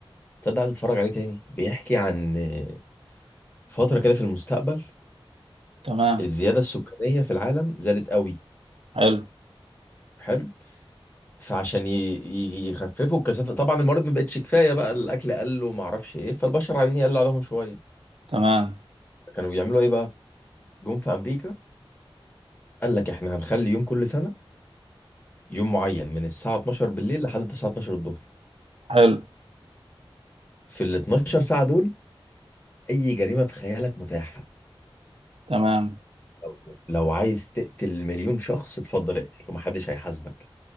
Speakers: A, on the left; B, on the right.
A: تصدق عايز اتفرج عليه تاني بيحكي عن آه، فتره كده في المستقبل
B: تمام
A: الزياده السكانيه في العالم زادت قوي
B: حلو
A: حلو فعشان ي- ي- يخففوا الكثافه طبعا الموارد ما بقتش كفايه بقى الاكل قل وما اعرفش ايه فالبشر عايزين يقلوا عليهم شويه
B: تمام
A: كانوا بيعملوا ايه بقى جم في امريكا قال لك احنا هنخلي يوم كل سنه يوم معين من الساعه 12 بالليل لحد الساعه 12 الظهر
B: حلو
A: في ال 12 ساعه دول اي جريمه في خيالك متاحه
B: تمام
A: لو لو عايز تقتل مليون شخص اتفضل اقتل ومحدش هيحاسبك